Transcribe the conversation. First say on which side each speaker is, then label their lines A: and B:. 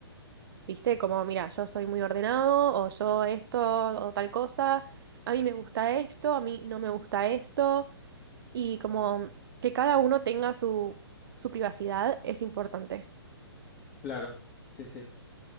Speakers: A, on the right; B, on the left.
A: ¿viste? Como, mira, yo soy muy ordenado o yo esto o tal cosa, a mí me gusta esto, a mí no me gusta esto. y como que cada uno tenga su, su privacidad es importante.
B: Claro, sí, sí,